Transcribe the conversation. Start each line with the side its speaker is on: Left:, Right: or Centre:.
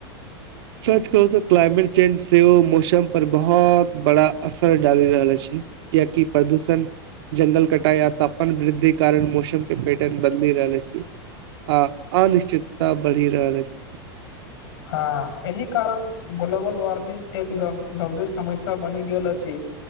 Right: सच कहु तऽ क्लाइमेट चेंज सेहो मौसम पर बहुत बड़ा असर डालि रहल अछि कियाकि प्रदूषण जंगल कटाई आ तापमान वृद्धि कारण मौसम के पेटर्न बदलि रहल अछि आ अनिश्चितता बढ़ि रहल अछि
Left: हँ एहि कारण ग्लोबल वार्मिंग एक ग गंभीर समस्या बनि गेल अछि